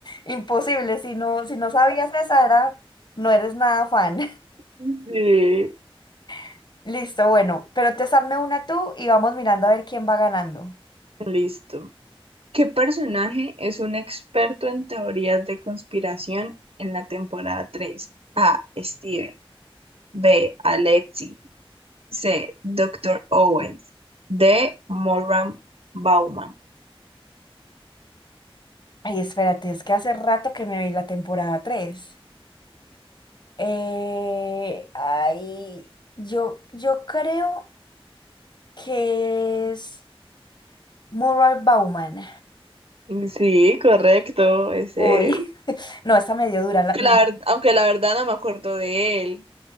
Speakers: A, on the left; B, on the right.
A: Imposible, si no, si no sabías esa era, no eres nada fan.
B: Sí,
A: <laughs> Listo, bueno, pero te salme una tú y vamos mirando a ver quién va ganando.
B: listo. ¿Qué personaje es un experto en teorías de conspiración en la temporada 3? A. Steven. B. Alexi. C. Doctor Owens. D. Moran Bauman.
A: Ay, espérate, es que hace rato que me vi la temporada 3. Eh, ay, yo, yo creo que es moral Bauman.
B: Sí, correcto. Ese
A: Uy, <laughs> no, esa me dio dura, la-
B: que
A: no.
B: la ver- aunque la verdad no me acuerdo de él.